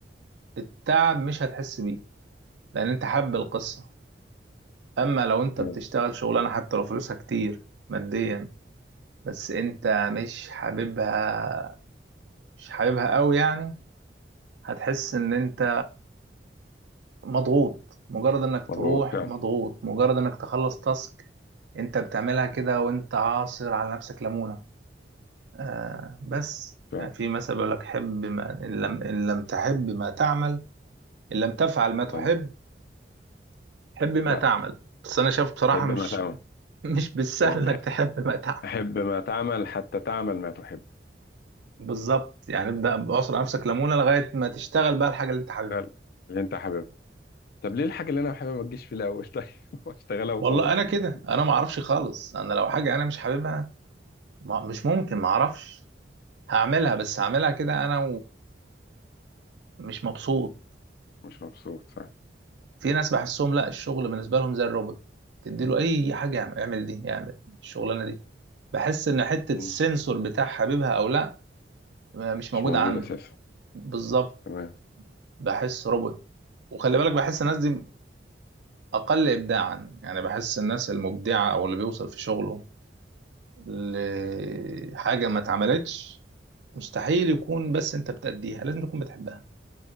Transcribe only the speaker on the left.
مم.
مظبوط
فعلا
مظبوط
فعلا
لأن-
لا
حب
ما تعمل
ايوه ح-
حب ما تعمل حتى تعمل ما تحب
فعلا. اللي انت حاببه طب ليه الحاجة اللي انا حاببها ما تجيش في الاول طيب <laughs> واشتغلها وخلاص
وخلصنا
مش مبسوط فعلا
مم.
مش موجود
اساسا
تمام